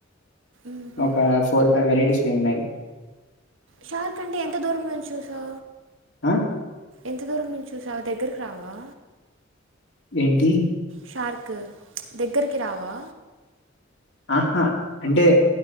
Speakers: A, on the right; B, on the left.
A: మ్మ్ హ్మ్
B: ఒక ఫోర్ ఫైవ్ వెరైటీస్ చెనై
A: షార్క్ అంటే ఎంత దూరం ను చూ సా
B: ఆ!
A: ఎంత దూరం నుంచ చు సవు దగ్గరకు రావా
B: ఏంటి
A: షార్క్ దగ్గరికి రావా
B: ఆహా అంటే